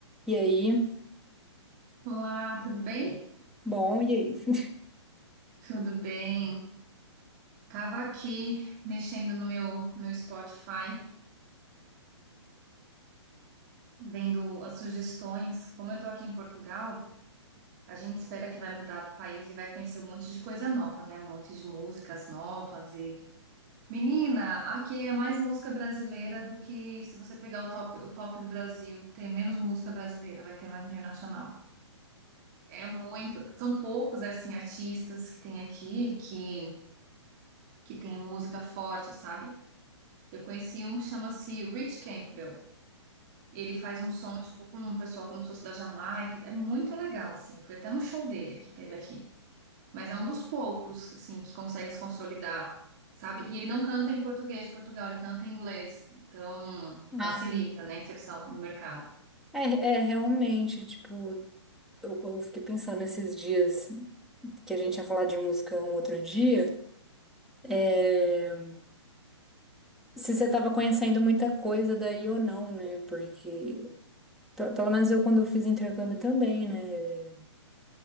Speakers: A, in the centre; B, on the right.
A: E aí?
B: Olá, tudo bem?
A: Bom, e aí? <laughs>
B: Tudo bem. Tava aqui mexendo no meu, meu Spotify, vendo as sugestões. Como eu tô aqui em Portugal, a gente espera que vai mudar do país e vai conhecer um monte de coisa nova, né? Um monte de músicas novas e... Menina, aqui é mais música brasileira do que se você pegar o top, o top do Brasil, tem menos música brasileira, vai ter mais internacional. É muito, são poucos assim artistas que tem aqui que que tem música forte, sabe? Eu conheci um que chama-se Rich Campbell. Ele faz um som, tipo, com um pessoal como se fosse da Jamaica. É muito legal, assim. Eu fui até num show dele que teve aqui. Mas é um dos poucos, assim, que consegue se consolidar, sabe? E ele não canta em português de Portugal, ele canta em inglês. Então, facilita,
A: Ah,
B: né, a inserção no mercado.
A: É, é realmente, tipo, eu, eu fiquei pensando esses dias que a gente ia falar de música um outro dia, é, se você tava conhecendo muita coisa daí ou não, né? Porque, pe- pelo menos eu quando eu fiz intercâmbio também, né?